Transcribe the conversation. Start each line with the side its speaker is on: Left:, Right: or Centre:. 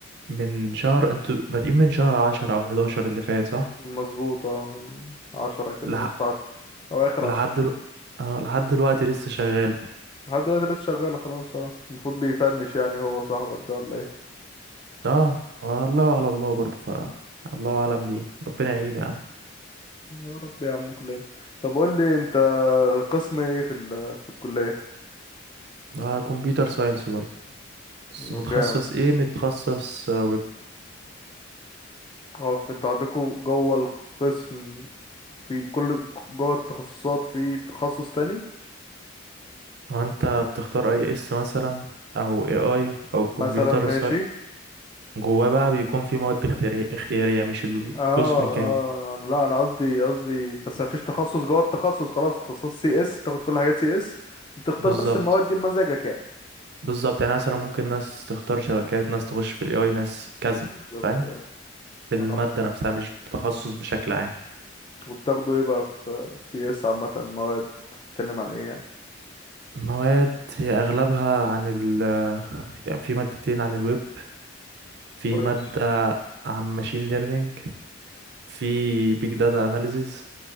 Right: من شهر انتوا بادئين من شهر عشرة او حداشر اللي فات صح
Left: مظبوط اه من عشرة كده
Right: لح...
Left: نص عشرة أو آخر
Right: لحد
Left: عشرة
Right: دل... آه لحد دلوقتي لسه شغالة
Left: لحد دلوقتي لسه شغال خلاص اه المفروض بيفنش يعني هو صاحبك ده ولا ايه
Right: اه والله على الله برضه ف الله اعلم بيه ربنا يعينه يا عم
Left: يا رب يا عم كلنا طب قول لي انت قسم ايه في ال في الكلية
Right: آه كمبيوتر ساينس برضه بس
Left: انه
Right: متخصص
Left: جامد
Right: ايه متخصص آه، ويب
Left: اه في- انت عندكوا جوه القسم في كل جوه التخصصات في تخصص تاني
Right: وانت بتختار اي اس مثلا او اي اي او كمبيوتر
Left: مثلا ماشي
Right: ساينس جواه بقى بيكون في مواد اختيارية اختيارية مش القسم
Left: اه
Right: كامل
Left: اه لا انا قصدي قصدي بس مفيش تخصص جوه التخصص خلاص تخصص سي اس تاخد كل حاجات سي اس بتختار
Right: بالظبط
Left: بس المواد دي بمزاجك يعني
Right: بالظبط يعني مثلا ممكن ناس تختار شبكات ناس تخش في الاي اي ناس كذا
Left: بالظبط
Right: فاهم
Left: آه.
Right: بالمادة
Left: انا
Right: نفسها مش بتخصص بشكل عام
Left: وبتاخده ايه بقى في في سي اس عامة المواد بتتكلم عن ايه يعني
Right: مواد هي اغلبها عن ال يعني في مادتين عن الويب في
Left: كويس
Right: مادة عن ماشين ليرنينج في بيج داتا اناليزيز